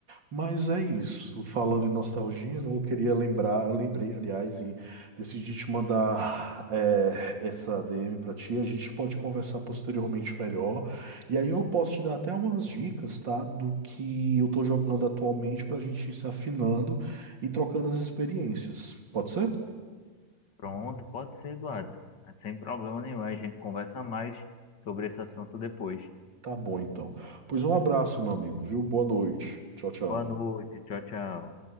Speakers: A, on the right; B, on the left.
A: Mas é isso. Falando em nostalgia, né, eu queria lembrar, eu lembrei, aliás, e decidi te mandar é, essa DM pra ti. A gente pode conversar posteriormente melhor. E aí eu posso te dar até umas dicas, tá? Do que eu tô jogando atualmente pra gente ir se afinando e trocando as experiências. Pode ser?
B: Pronto, pode ser, Eduardo. É Sem problema nenhum. A gente conversa mais sobre esse assunto depois.
A: Tá bom, então. Pois um abraço, meu amigo, viu? Boa noite. Tchau, tchau.
B: Boa noite, tchau, tchau.